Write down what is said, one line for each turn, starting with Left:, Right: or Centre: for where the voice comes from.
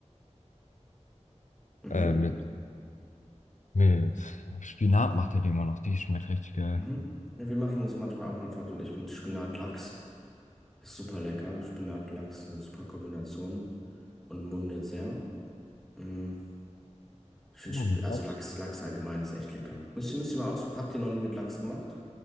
Centre: Mhm.
Left: äh, mit, mit Spinat macht er die immer noch. Die schmeckt richtig geil.
Centre: Mhm. Ja, wir machen das manchmal auch, mein Vater und ich, mit Spinatlachs. Ist super lecker. Spinatlachs ist eine super Kombination und mundet sehr. Mhm. Ich finde,
Left: Ja,
Centre: Sp-
Left: mit
Centre: also
Left: Lachs.
Centre: Lachs, Lachs allgemein ist echt lecker. Müsst ihr, müsst ihr mal aus, habt ihr noch nie mit Lachs gemacht?